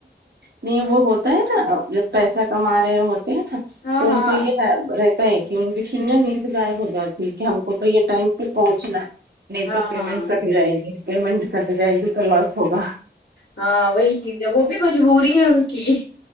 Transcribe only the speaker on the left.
ہاں
ہاں
ہاں
ہاں
ہاں وہی چیز ہے وہ بھی مجبوری ہے ان کی